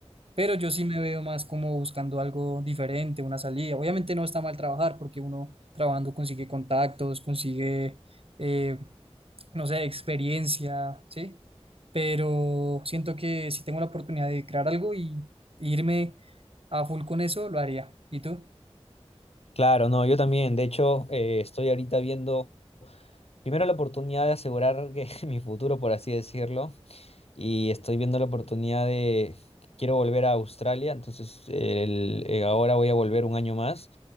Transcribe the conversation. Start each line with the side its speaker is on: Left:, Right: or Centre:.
Right: Pero yo sí me veo más como buscando algo diferente, una salida. Obviamente no está mal trabajar porque uno trabajando consigue contactos, consigue eh, no sé, experiencia, ¿sí? Pero siento que si tengo la oportunidad de crear algo y y irme a full con eso, lo haría. ¿Y tú?
Left: Claro, no, yo también. De hecho, eh, estoy ahorita viendo primero la oportunidad de asegurar que <laughs> mi futuro, por así decirlo, y estoy viendo la oportunidad de quiero volver a Australia, entonces el- eh, ahora voy a volver un año más